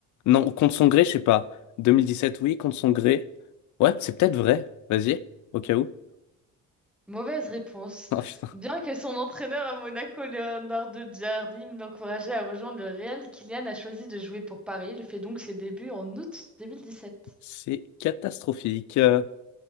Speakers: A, on the left (about 65°); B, in the centre.
A: Non, contre son gré, je sais pas. 2017, oui, contre son gré. Ouais, c'est peut-être vrai. Vas-y, au cas où. <laughs>
B: Mauvaise réponse.
A: Oh putain,
B: Bien que son entraîneur à Monaco, Leonardo Giardini, l'encourageait à rejoindre le Real, Kylian a choisi de jouer pour Paris. Il fait donc ses débuts en août 2017.
A: c'est catastrophique. Euh,